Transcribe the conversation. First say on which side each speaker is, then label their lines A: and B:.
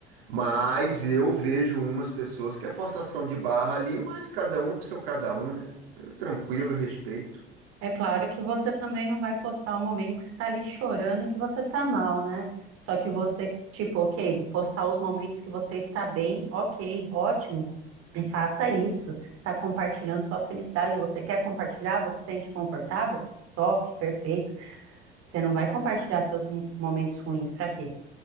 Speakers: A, on the right (about 70°); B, on the right (about 50°).
A: Mas eu vejo umas pessoas que é forçação de barra ali, mas cada um com seu cada um, né? Tranquilo, respeito.
B: É claro que você também não vai postar o momento que você está ali chorando e que você está mal, né? Só que você, tipo, ok, postar os momentos que você está bem, ok, ótimo. E faça isso. Está compartilhando sua felicidade. Você quer compartilhar? Você se sente confortável? Top, perfeito. Você não vai compartilhar seus mo- momentos ruins, para quê?